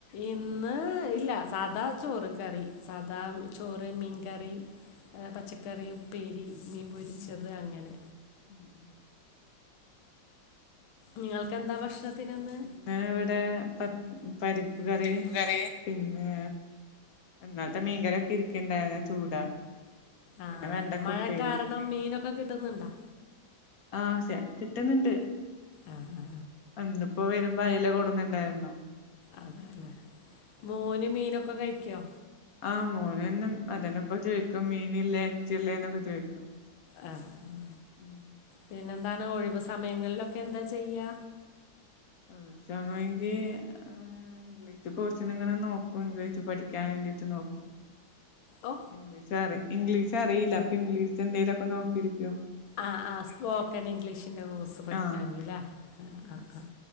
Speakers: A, on the left; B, on the left.
A: ഇന്ന് ഇല്ല സാദാ ചോറ് കറി സാദാ ചോറ് മീൻ കറി പച്ചക്കറി ഉപ്പേരി മീൻ പൊരിച്ചത് അങ്ങനെ
B: ഉം ഉം
A: നിങ്ങൾകെന്താ ഭക്ഷണത്തിന് ഇന്ന്
B: ഇന്ന് ഇവിടെ പരിപ്പ്കറി
A: പറ്റിപ്പ് കറി
B: പിന്നെ ഇന്നാൽത്തെ മീൻകര ഒക്കെ ഇരിക്കണ്ടായിരുന്ന ചൂടാ
A: ആഹ്
B: പിന്നെ വെണ്ടക്ക
A: മഴ
B: ഉപ്പേരി
A: കാരണം മീനൊക്കെ കിട്ടുന്നുണ്ടോ
B: ആഹ് ശ കിട്ടുന്നുണ്ട്
A: ആ ആ.
B: ഇന്നിപ്പോ വരുമ്പോ അയല കുടുന്നുണ്ടായിരുന്നു
A: അതാലെ മോന് മീനൊക്കെ കഴിക്കോ
B: ആഹ് മോനന്നും അതന്നെ ഇപ്പ ചോദിക്കും മീമില്ലേ എച്ചല്ലേ എന്നൊക്കെ ചോയ്ക്കും
A: ആഹ് ആഹ്
B: ഉം
A: പിന്നെന്താണ് ഒഴിവ് സമയങ്ങളിലൊക്കെ എന്താ ചെയ്യാ
B: ഒഴിവ് സമയെങ്കി ഏഹ് ഇംഗ്ലീഷ് കോഴ്സിനങ്ങനെ നോകും ഇംഗ്ലീഷ് പഠിക്കാൻ വേണ്ടിട്ട് നോക്കും
A: ഓ
B: ഇംഗ്ലീഷറി ഇംഗ്ലീഷ് അറിയില്ല ഇപ്പൊ ഇംഗ്ലീഷ എന്തേലൊക്കെ നോക്കിരിക്കും
A: ആഹ് ആഹ് സ്പോക്കൺ ഇംഗ്ലീഷിന്റെ കോഴ്സ് പഠിക്കാണീലെ
B: ആഹ്
A: ആഹ് ആഹ് ആഹ്